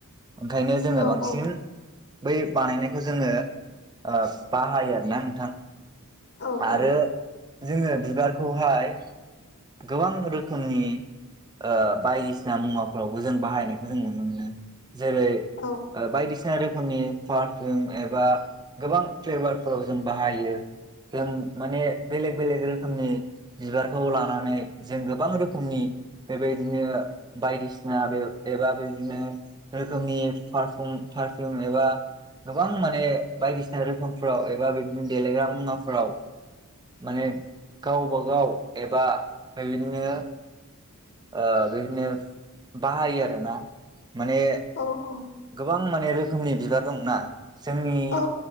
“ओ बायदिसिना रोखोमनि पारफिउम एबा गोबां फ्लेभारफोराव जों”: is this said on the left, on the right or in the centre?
Right